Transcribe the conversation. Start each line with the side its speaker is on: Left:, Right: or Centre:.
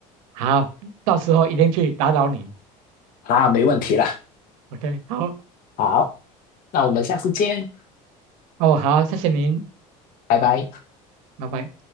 Right: 好，到时候一定去打扰您。
Left: 啊，没问题啦。
Right: OK，好，
Left: 好，那我们下次见，
Right: 哦，好，谢谢您，
Left: 拜拜。
Right: 拜拜。